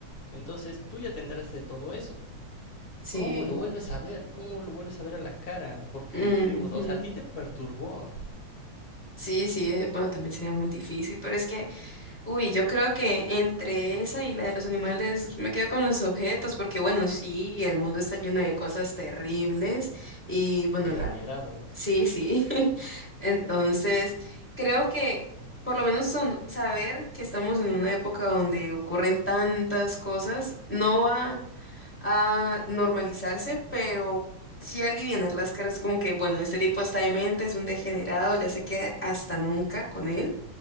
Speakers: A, on the left; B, in the centre.
A: Entonces tú ya te enteraste de todo eso.
B: sí.
A: ¿Cómo lo vuelves a ver? ¿Cómo lo vuelves a ver a la cara? Porque
B: ujú.
A: te digo, o sea, a ti te perturbó.
B: Sí, sí, eh, bueno, también sería muy difícil, pero es que, uy, yo creo que entre esa y la de los animales me quedo con los objetos, porque bueno, sí, el mundo está lleno de cosas terribles y bueno,
A: Degenerado,
B: la Sí, sí. <laughs> Entonces, creo que por lo menos son, saber que estamos en una época donde ocurren tantas cosas no va a normalizarse, pero sí alivianar las caras como que, bueno, este tipo está demente, es un degenerado, ya se queda hasta nunca con él.